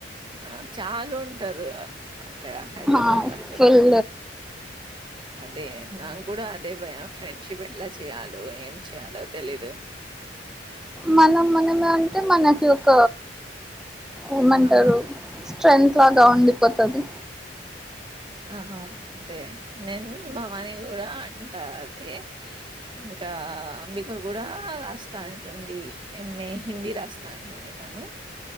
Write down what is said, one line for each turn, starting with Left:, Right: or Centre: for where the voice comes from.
Right: ఆ చాలుంటరు అక్కడ హైద్రాబాద్
Centre: ఆ
Right: వాళ్ళు
Centre: ఫుల్
Right: అదే నాక్కుడా అదే భయం ఫ్రెండ్షిప్ ఎట్ల చేయాలో ఏం చెయాలో తెలీదు.
Centre: మళ్ళ మనమే అంటే మనకి ఒక ఏమంటరు
Right: ఆ
Centre: స్ట్రెంత్ లాగా ఉండిపొతది.
Right: ఆహ అంటే నేను భవానీ గూడా అంటా అదే ఇంక ఆ అంబిక గుడా అస్త అంటుంది. ఎంఏ హిందీ రాస్తా అంటుంది తను